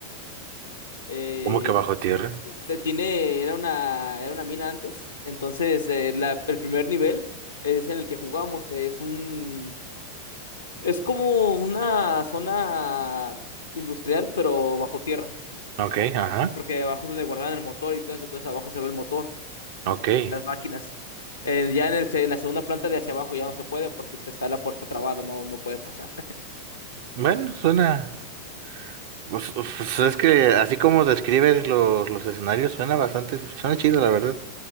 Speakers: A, on the left (about 70°); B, on the right (about 50°).
A: Eh,
B: ¿Cómo que bajo tierra?
A: se tiene, era una, era una mina antes. Entonces, eh, la- el primer nivel es en el que jugamos. Es un, es como una zona industrial, pero bajo tierra.
B: Ok, ajá,
A: Porque abajo es donde guardaban el motor y todo eso. Entonces, abajo se ve el motor
B: ok.
A: de las máquinas. Eh, ya en el, se- en la segunda planta de hacia abajo ya no se puede porque pues, está la puerta trabada, no, no puedes pasar.
B: Bueno, suena. Pues, pues es que así como describes los, los escenarios, suena bastante, suena chido, la verdad.